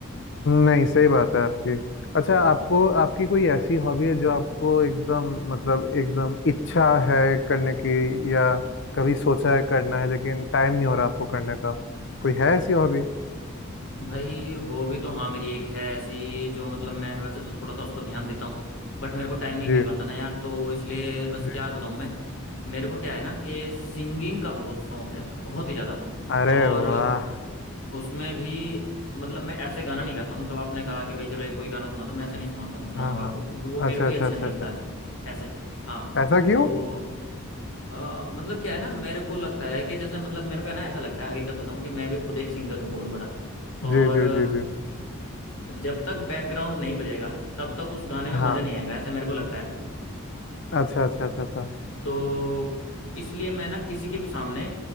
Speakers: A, on the left (about 55°); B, on the left (about 70°).
A: नहीं सही बात है आपकी अच्छा आपको आपकी कोई ऐसी हॉबी है जो आपको एकदम मतलब एकदम इच्छा है करने की या कभी सोचा है करना है लेकिन टाइम नहीं हो रहा आपको करने का कोई है ऐसी हॉबी
B: भाई हो भी तो हाँ मेरी एक है ऐसी जो मतलब मैं वैसे तो थोड़ा सा उस पर ध्यान देता हूँ बट मेरे को टाइम नहीं
A: जी
B: मिल पाता ना यार तो इसलिए बस
A: जी
B: क्या बताऊँ मैं मेरे को क्या है ना कि सिंगिंग का बहुत शौक है बहुत ही ज़्यादा
A: अरे
B: और
A: वाह
B: उसमें भी मतलब मैं ऐसे गाना नहीं गाता हूँ मतलब आपने कहा कि भाई चलो ये कोई गाना सुना दो मैं ऐसे नहीं सुनाता हूँ सुनाऊंगा
A: हाँ
B: आपको
A: हाँ
B: क्योंकि वो मेरे
A: अच्छा
B: को ही
A: अच्छा
B: अच्छा
A: अच्छा
B: नहीं लगता
A: अच्छा
B: है ऐसे हाँ
A: ऐसा क्यों
B: तो अ, मतलब क्या है ना मेरे को लगता है कि जैसे मतलब मेरे को है ना ऐसा लगता है हकीकत बताऊं कि मैं भी खुद एक सिंगर हूँ बहुत बड़ा और
A: जी जी जी जी
B: जब तक बैकग्राउंड नहीं बजेगा तब तक उस गाने में
A: हाँ
B: मज़ा नहीं आएगा ऐसे मेरे को लगता है
A: अच्छा अच्छा अच्छा अच्छा
B: तो इसलिए मैं ना किसी के भी सामने